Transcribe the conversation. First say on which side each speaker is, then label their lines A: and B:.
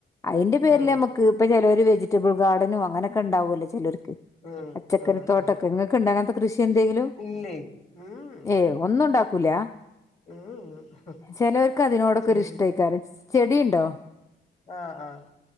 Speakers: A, on the left; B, on the left.
A: അയ്ന്റെ പേരില്
B: ഉം
A: നമുക്ക് ഇപ്പം ചെലോര് വെജിറ്റബിൾ ഗാർഡനും അങ്ങനക്കെ ഉണ്ടാവോലോ ചിലർക്ക്
B: ഉം
A: ചക്കരത്തോട്ടൊക്കെ
B: ഉം ഉം
A: ഇങ്ങക്ക്‌ ഉണ്ടോ അങ്ങനത്തെ കൃഷി എന്തെങ്കിലും
B: ഇല്ലേ ഉം
A: ഏയ് ഒന്നും ഉണ്ടാക്കൂല
B: <unintelligible>
A: ചിലവർക്ക് അതിനോടൊക്കെ
B: ചെടി
A: ഒരു ഇഷ്ടക്കാരം ചെടിയുണ്ടോ
B: ആഹ് ആഹ്